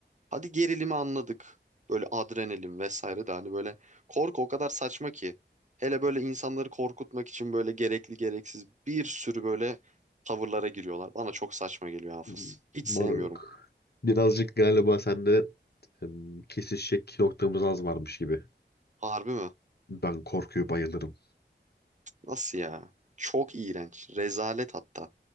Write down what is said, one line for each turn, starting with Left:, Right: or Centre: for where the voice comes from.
Right: Hadi gerilimi anladık. Böyle adrenalin vesaire de hani böyle korku o kadar saçma ki. Hele böyle insanları korkutmak için böyle gerekli gereksiz bir sürü böyle tavırlara giriyorlar. Bana çok saçma geliyor Hafız.
Left: Hmm,
Right: Hiç
Left: Moruk.
Right: sevmiyorum.
Left: Birazcık galiba sende em, kesişecek noktamız az varmış gibi.
Right: Harbi mi?
Left: Ben korkuyu bayılırım.
Right: Nasıl ya? Çok iğrenç. Rezalet hatta.